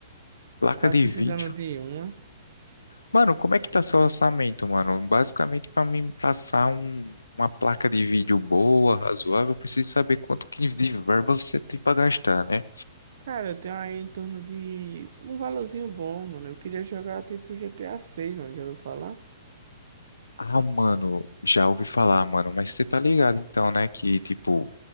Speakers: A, on the left; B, on the right.
A: Placa
B: Tava
A: de
B: precisando
A: vídeo.
B: de uma.
A: Mano, como é que tá seu orçamento, mano? Basicamente, pra mim passar um- uma placa de vídeo boa, razoável, eu preciso saber quanto que de verba você tem pra gastar, né?
B: Cara, eu tenho aí em torno de um valorzinho bom, mano. Eu queria jogar tipo GTA 6, mano, já ouviu falar?
A: Ah, mano, já ouvi falar, mano, mas você tá ligado então, né, que tipo